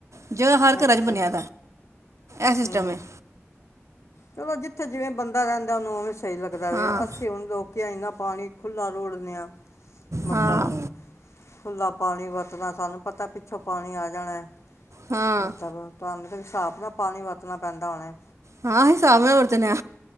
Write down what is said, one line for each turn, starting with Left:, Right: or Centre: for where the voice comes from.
Right: ਜ ਹਰ
Left: ਅੱਛਾ
Right: ਘਰਾਂ ਚ ਬਣਿਆ। ਇਹ ਸਿਸਟਮ
Left: ਹੂੰ,
Right: ਹੈ
Left: ਚਲੋ, ਜਿੱਥੇ ਜਿਵੇਂ ਬੰਦਾ ਰਹਿੰਦਾ ਉਹਨੂੰ ਉਵੇ ਸਹੀ ਲੱਗਦਾ
Right: ਹਾਂ
Left: ਵੇ ਅਸੀਂ ਹੁਣ ਰ ਆ ਇੰਨਾ ਪਾਣੀ ਖੁਾ ਰੋੜਦੇ ਹਾਂ ਮਤਲਬ
Right: ਹਾਂ
Left: ਖੁਲਾ ਪਾਣੀ ਵਰਤਣਾ ਸਾਨੂੰ, ਪਤਾ ਪਿੱਛੋਂ ਪਾਣੀ ਆ ਜਾਣਾ
Right: ਹਾਂ
Left: ਮਤਲਬ ਤੁਹਾਨੂੰ ਤੇ ਹਿਸਾਬ ਨਾਲ ਪਾਣੀ ਵਰਤਣਾ ਪੈਂਦਾ ਉਹਨੇ,
Right: ਹਾਂ ਹਿਸਾਬ ਨਾਲ ਵਰਤਣੇ,